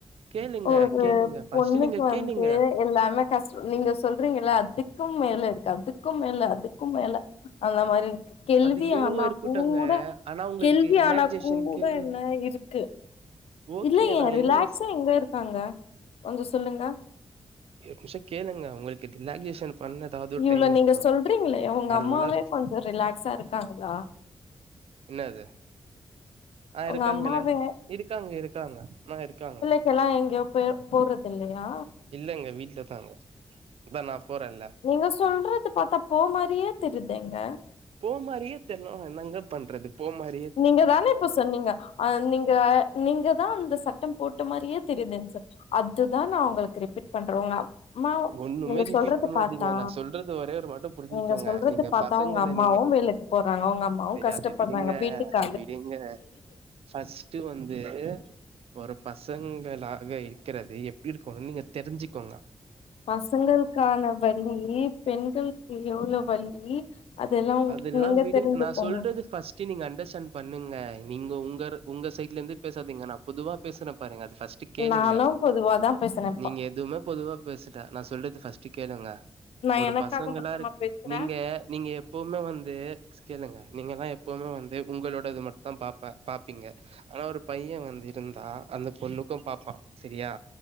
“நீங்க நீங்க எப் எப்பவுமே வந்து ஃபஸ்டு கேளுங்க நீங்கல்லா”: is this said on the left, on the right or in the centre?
Right